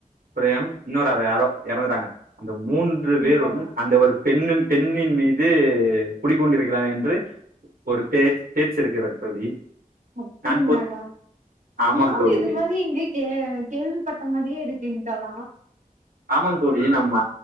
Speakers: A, on the right; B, on the right.
A: பிரம் இன்னொரு ஆள் யாரோ இறந்துட்டாங்க அந்த மூன்று பேரும்
B: தோழா
A: அந்த ஒரு பெண்ணும் பெண்ணின் மீது குடிக்கொண்டிருக்கிறா என்று ஒரு பே பேச்சு இருக்கிறது தோழி
B: அப்டிங்களான
A: நான் பொ ஆமாம்
B: நானு
A: தோழி
B: இது மாதிரி எங்கே கே கேள்விப்பட்ட மாதிரியே இருக்கிங் தோழா
A: ஆமாம் தோழி நம்ம